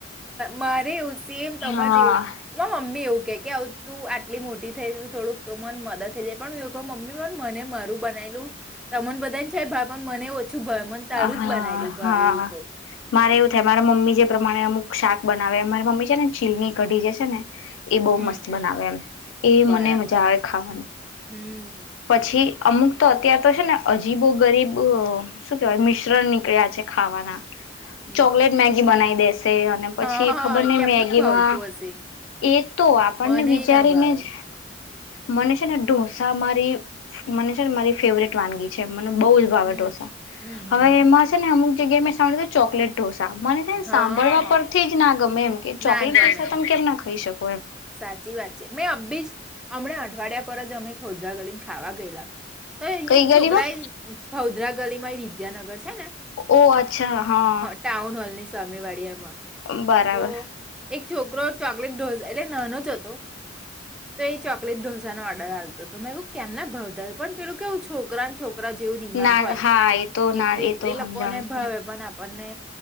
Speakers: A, in the centre; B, on the left.
A: મારે એવું સેમ તજ
B: હા
A: એવું છે મમ્મી એવું કે કે આવ તું આટલી મોટી થઈ થોડુંક તો મને મદદ થઈ જાય પણ હ મમ્મી પણ મને મારું બનાલું તમને બધાને છે ભાઈ પણ મને છું ભય મન તારું
B: હા
A: જ બનાયલું ભાવ
B: હા
A: એવું કહ
B: મારે એવું મારા મમ્મી જે મારે અમુક શાક બનાવે અમારી મમ્મી છે ને ચીલની કઢી જે છે ને એ બો
A: હમ
B: મસ્ત બનાવે એમ એ
A: બરાબર
B: મને મજા આવે ખાવાની
A: હમ
B: પછી અમુક તો અત્ય્યારે તો છે ને અજીબો ગરીબ શું કહેવાય મિશ્રણ નીકળ્યા છે ખાવાના
A: હમ
B: ચોકલેટ મેગી બનાઈ દેશ છે અને પછી
A: હા
B: ખબર ને
A: કેમનું
B: મેગીમાં
A: ભાવતું હશે
B: એ તો આપણને
A: મનેય
B: વિચારીને
A: ના ભાવે
B: જ મને છે ને ઢોસા મા <unintelligible> મને છે ને મારી ફેવરેટ વાનગી છે મને બોઉુ જ ભાવે
A: હમ
B: ઢોસા
A: હમ હમ
B: હવે
A: હમ.
B: એમાં છે ને અમુક એક જગ્યાએ મેં સાંભળેલુ ચોકલેટ ઢોસ સાંમાન્ય છે ને
A: હા
B: સાંભળવા પરથી જ ના ગમે એમ કે ચોકલેટ
A: ના ગમે
B: પૈસા તમે કેમ ના ખાઈ શકતા
A: સાચી વાત છે મેં અબીજ હમણા અઠવાડિયા પર જ અમે ખોદરા ગલી ખાવા ગયેલા તો
B: કઈ
A: એક
B: ગલીમાં
A: છોકરા એ ખૌદરા ગલીમાં વિદ્યાનગર છે ને
B: ઓ અચ્છા હા
A: ટાઉન હોલ ની સામે વાડી એમાં
B: બરાબર
A: તો એક છોકરો ચોકલેટો ઢોંસો નાનો‌ જ હતો તો એ ચોકલેટ ઢોસા નો ઓર્ડર આલ તો તો મેં કઉ કેમ ના ભાવતા પણ પેલું કેવું છોકરાને છોકરા જેવું દિમાગ
B: ના
A: હોય
B: હા એ તો ના
A: એટલે
B: તો
A: એ
B: સમજાણ
A: લોકોને ભાવે પણ આપણને